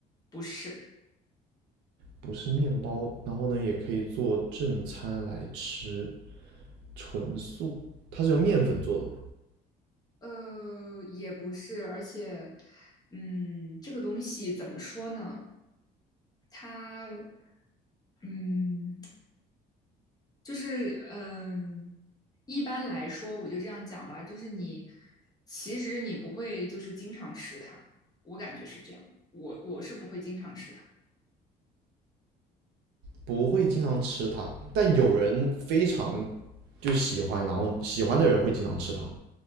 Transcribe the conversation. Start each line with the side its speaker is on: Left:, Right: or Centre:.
Left: 不是，
Right: 不是面包，然后呢，也可以做正餐来吃，纯素。它是由面粉做的嘛？
Left: 呃，也不是，而且，嗯，这个东西怎么说呢？它，嗯，就是嗯，一般来说，我就这样讲吧，就是你其实你不会就是经常吃它，我感觉是这样，我我是不会经常吃它，
Right: 不会经常吃它，但有人非常
Left: 嗯
Right: 就喜欢，然后喜欢的人会经常吃它嘛